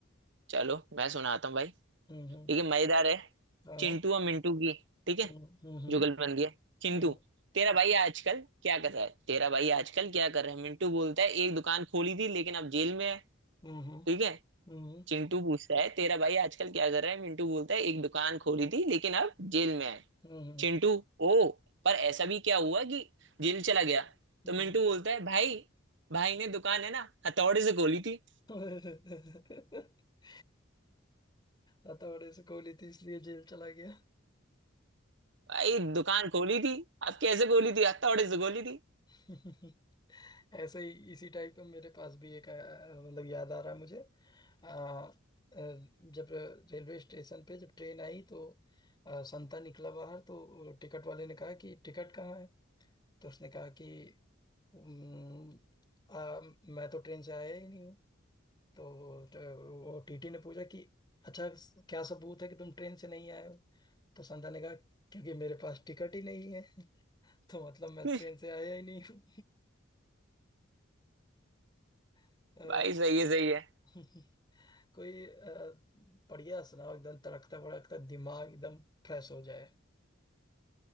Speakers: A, on the right (about 60°); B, on the left (about 20°).
A: चलो मैं सुनाता हूँ भाई
B: हम्म हम्म
A: ठीक है मजेदार है
B: हाँ
A: चिंटू और मिंटू की ठीक है
B: हम्म हम्म हम्म।
A: जुगल बन गया चिंटू
B: Uhum,
A: तेरा भाई आजकल क्या कर रहा है तेरा भाई आजकल क्या कर रहा है मिंटू बोलता है एक दुकान खोली थी लेकिन अब जेल में है
B: uhum,
A: ठीक है
B: uhum,
A: चिंटू पूछता है तेरा भाई आजकल क्या कर रहा है मिंटू बोलता है एक दुकान खोली थी लेकिन अब जेल में है
B: uhum,
A: चिंटू ओ पर ऐसा भी क्या हुआ कि जेल चला गया
B: uhum.
A: तो मिंटू बोलता है भाई भाई ने दुकान है ना हथौड़े से खोली थी
B: <laughs> हथौड़े से गोली थी इसलिए जेल चला गया
A: भाई दुकान खोली थी अब कैसे खोली थी हथौड़े से खोली थी
B: <laughs> ऐसे ही इसी टाइप का मेरे पास भी एक अ, मतलब याद आ रहा है मुझे अ, अ, जब रेलवे स्टेशन पे जब ट्रेन आई तो अ, संता निकला बाहर तो टिकट वाले ने कहा कि टिकट कहाँ है तो उसने कहा कि "उम्म, आ, मैं तो ट्रेन से आया ही नहीं तो, तो वो टीटी ने पूछा कि अच्छा क्या सबूत है कि तुम ट्रेन से नहीं आए हो तो संध्या ने कहा क्योंकि मेरे पास टिकट ही नहीं है <laughs> तो मतलब मैं
A: <laughs>
B: ट्रेन से आया ही नहीं हूँ <laughs> अ,
A: भाई सही है सही है
B: <laughs> कोई अ, बढ़िया सुनाओ एकदम तड़कता भड़कता दिमाग एकदम फ्रेश हो जाए